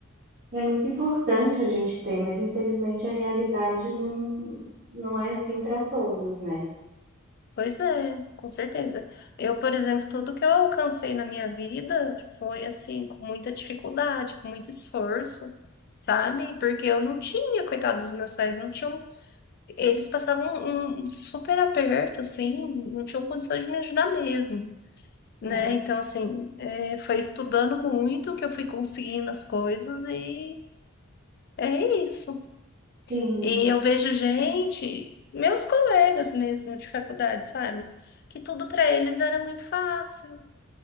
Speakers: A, on the right; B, on the left.
A: E é muito importante a gente ter, mas infelizmente a realidade não, não é assim para todos, né.
B: Pois é, com certeza. Eu, por exemplo, tudo que eu alcancei na minha vida foi assim, com muita dificuldade, com muito esforço, sabe? Porque eu não tinha, coitado dos meus pais, não tinham. Eles passavam um, um super aperto, assim, não tinham condições de me ajudar mesmo, né?
A: Sim,
B: Então, assim, é, foi estudando muito que eu fui conseguindo as coisas e é isso.
A: sim,
B: E eu vejo gente, meus colegas mesmo de faculdade, sabe? Que tudo pra eles era muito fácil,